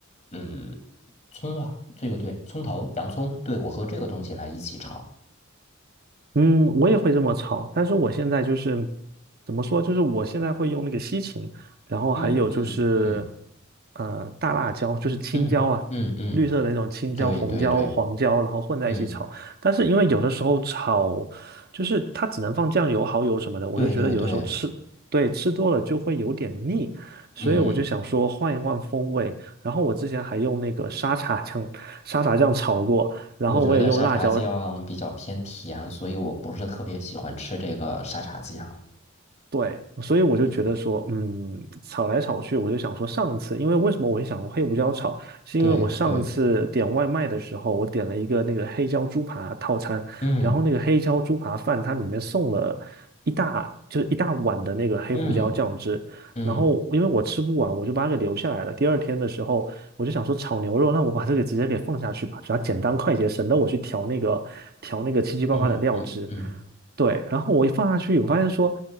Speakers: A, on the left (about 35°); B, on the right (about 45°).
A: 嗯，葱啊，这个对，葱头、洋葱，对，我和这个东西来一起炒。
B: 嗯，我也会这么炒，但是我现在就是怎么说，就是我现在会用那个西芹，然后还有就是
A: 嗯嗯嗯
B: 呃大辣椒，就是青椒啊，
A: 嗯嗯嗯，
B: 绿色的那种青椒、
A: 对对对，
B: 红椒、黄椒，然后混在一起炒。
A: 嗯
B: 但是因为有的时候炒，就是它只能放酱油、蚝油什么的，我就觉得有的时候吃，
A: 对对对，
B: 对，吃多了就会有点腻，所以我就想说换一换风味。
A: 嗯。
B: 然后我之前还用那个沙茶酱、沙茶酱炒过。然后我也用辣椒
A: 我觉得沙茶酱比较偏甜，所以我不是特别喜欢吃这个沙茶酱。
B: 对，所以我就觉得说，
A: 嗯，
B: 嗯，炒来炒去，我就想说，上次，因为为什么我会想黑胡椒炒，是因为我上次点外卖的时候，
A: 对对，
B: 我点了一个那个黑椒猪扒套餐，
A: 嗯
B: 然后那个黑椒猪扒饭它里面送了一大，就是一大碗的那个黑胡椒酱汁，
A: 嗯嗯
B: 然后因为我吃不完，我就把它给留下来了。第二天的时候，我就想说炒牛肉，那我把这个直接给放下去吧，只要简单快捷，省得我去调那个调那个七七八八的料汁。
A: 嗯嗯嗯嗯。
B: 对，然后我一放下去，我发现说，